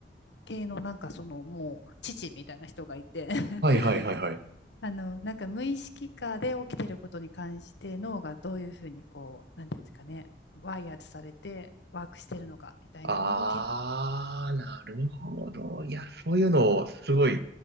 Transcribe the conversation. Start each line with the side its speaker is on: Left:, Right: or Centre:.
Left: 系のなんかそのもう父みたいな人がいて <laughs>
Right: はい、はい、はい、はい。
Left: あの、なんか無意識下で起きてることに関して脳がどういうふうにこう、なんていうんですかね、ワイヤーされてワークしてるのかみたいなのを研究。
Right: あー、なるほど。いや、そういうの、すごい、